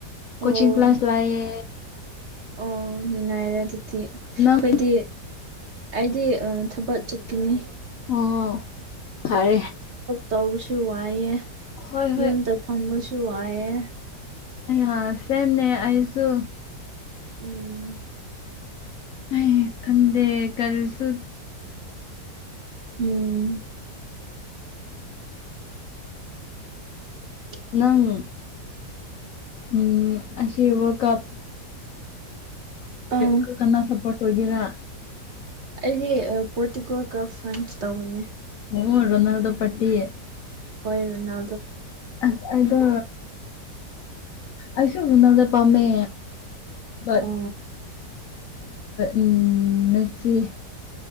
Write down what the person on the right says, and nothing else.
ꯑꯣ
ꯑꯣ ꯅꯨꯡꯉꯥꯏꯔꯦ ꯑꯗꯨꯗꯤ ꯑꯩꯈꯣꯏꯗꯤ
ꯑꯩꯗꯤ ꯑ ꯊꯕꯛ ꯆꯠꯈꯤꯅꯤ
ꯇꯧꯕꯁꯨ ꯋꯥꯏꯑꯦ
ꯌꯨꯝꯗ ꯐꯪꯕꯁꯨ ꯋꯥꯏꯑꯦ
ꯎꯝ
ꯎꯝ ꯎ
ꯑꯥ
ꯑꯩꯗꯤ ꯄꯣꯔꯇꯨꯒꯜꯒ ꯐ꯭ꯔꯥꯟꯁ ꯇꯧꯕꯅꯦ
ꯍꯣꯏ ꯔ ꯅ
ꯑꯣ